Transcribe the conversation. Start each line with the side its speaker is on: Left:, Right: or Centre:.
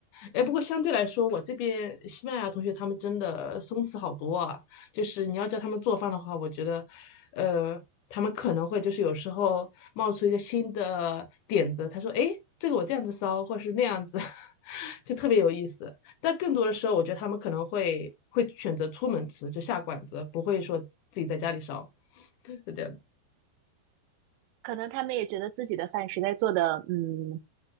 Left: 哎，不过相对来说，我这边西班牙同学他们真的松弛好多啊。就是你要叫他们做饭的话，我觉得，呃，他们可能会就是有时候冒出一个新的点子，他说：“哎，这个我这样子烧，或是那样子，<laughs> 就特别有意思。”但更多的时候，我觉得他们可能会会选择出门吃，就下馆子，不会说自己在家里烧，<laughs> 是这样子
Right: <laughs> 可能他们也觉得自己的饭实在做的，嗯，